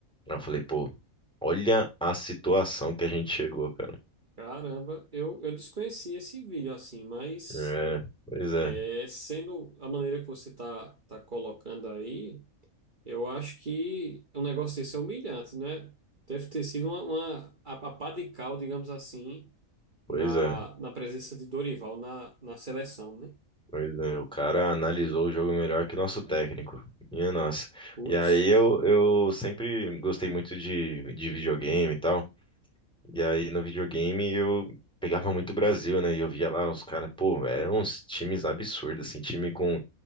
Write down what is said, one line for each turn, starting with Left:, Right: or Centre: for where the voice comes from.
Centre: Aí Eu falei, pô, olha a situação que a gente chegou, cara.
Right: Caramba, eu, eu desconheci esse vídeo assim, mas
Centre: É, pois é,
Right: é, sendo a maneira que você tá, tá colocando aí, eu acho que um negócio desse é humilhante, né? Deve ter sido uma, uma a, a pá de cal, digamos assim,
Centre: pois
Right: na,
Centre: é,
Right: na presença de Dorival na, na seleção, né?
Centre: pois é. O cara analisou o jogo melhor que nosso técnico. Minha nossa.
Right: Putz,
Centre: E aí eu, eu sempre gostei muito de, de videogame e tal. E aí no videogame eu pegava muito o Brasil, né? E eu via lá os caras, pô, eram uns times absurdos, assim, time com